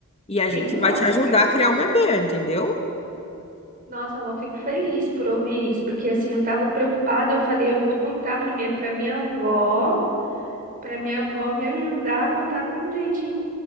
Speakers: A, on the left; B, on the right.
A: E a gente
B: Sim,
A: vai
B: vó,
A: te
B: com
A: ajudar
B: certeza.
A: a criar o bebê, entendeu?
B: Nossa, vó, fico feliz por ouvir isso, porque assim, eu tava preocupada, eu falei, eu vou contar primeiro pra minha avó, pra minha avó me ajudar a contar com um jeitinho